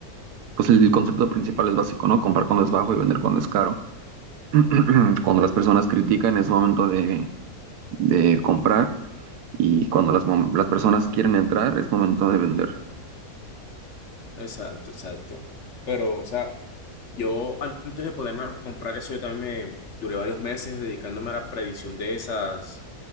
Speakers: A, on the right; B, on the left.
A: pues el concepto principal es básico, ¿no? Comprar cuando es bajo y vender cuando es caro. <clears throat> Cuando las personas critican es momento de, de comprar y cuando las, mom- las personas quieren entrar es momento de vender.
B: exacto, exacto. Pero, o sea, yo antes de ponerme a comprar eso, yo también me duré varios meses dedicándome a la predicción de esas